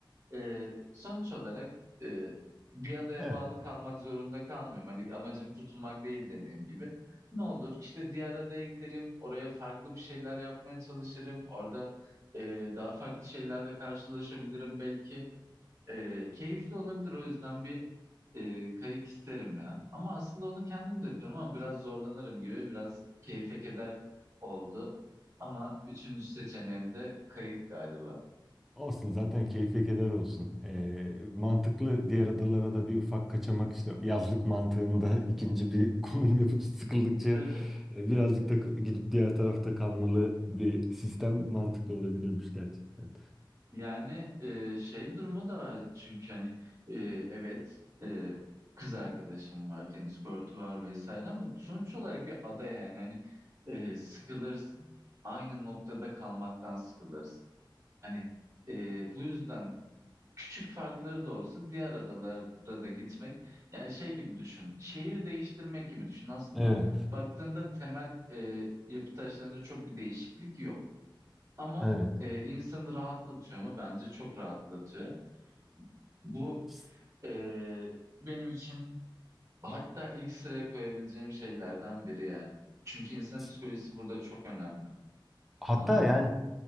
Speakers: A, on the right (about 35°); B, in the centre.
A: Ee, sonuç olarak e, bir adaya
B: evet.
A: bağlı kalmak zorunda kalmıyorum. Hani amacım tutunmak değil dediğim gibi. Ne olur işte diğer adaya giderim, oraya farklı bir şeyler yapmaya çalışırım. Orada e, daha farklı şeylerle karşılaşabilirim belki. E, keyifli olabilir o yüzden bir e, kayık isterim ya. Ama aslında onu kendim de yapıyorum ama biraz zorlanırım gibi biraz keyfe keder oldu. Ama üçüncü seçeneğim de kayık galiba.
B: Olsun zaten keyfe keder olsun. Ee, mantıklı diğer adalara da bir ufak kaçamak işte yazlık mantığında ikinci bir <laughs> konum yapıp sıkıldıkça
A: Tabii.
B: e, birazcık da k- gidip diğer tarafta kalmalı bir sistem mantıklı olabilirmiş gerçekten.
A: Yani e, şey durumu da çünkü hani e, evet e, kız arkadaşım var, tenis kortu var vesaire ama sonuç olarak bir ada yani hani e, sıkılırsın. Aynı noktada kalmaktan sıkılırsın. Hani e, bu yüzden küçük farkları da olsa diğer adalara da gitmek yani şey gibi düşün. Şehir değiştirmek gibi düşün. Aslında
B: Evet,
A: baktığında temel e, yapı taşlarında çok bir değişiklik yok. Ama
B: evet.
A: e, insanı rahatlatıyor mu? Bence çok rahatlatıyor. Bu
B: S-
A: e, benim için hatta ilk sıraya koyabileceğim şeylerden biri yani. Çünkü insanın
B: s-
A: psikolojisi burada çok önemli.
B: Hatta
A: Ama
B: yani